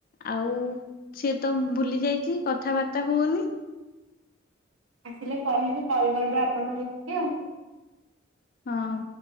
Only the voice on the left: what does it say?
ଆଉ ସିଏ ତ ଭୁଲି ଯାଇଛି କଥାବାର୍ତ୍ତା ହଉନି।
ହଁ।